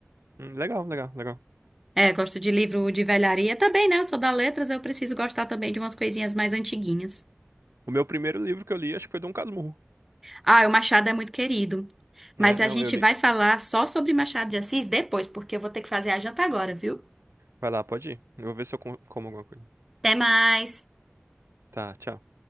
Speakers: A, on the right; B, in the centre.
A: Hum, Legal, legal, legal.
B: É, gosto de livro de velharia também, né? Eu sou da letras, eu preciso gostar também de umas coisinhas mais antiguinhas.
A: O meu primeiro livro que eu li, acho que foi Dom Casmurro.
B: Ah, o Machado é muito querido. Mas
A: É, não,
B: a gente
A: eu li.
B: vai falar só sobre Machado de Assis depois, porque eu vou ter que fazer a janta agora, viu?
A: Vai lá, pode ir. Eu vou ver se eu com- como alguma coisa.
B: Até mais!
A: Tá, tchau.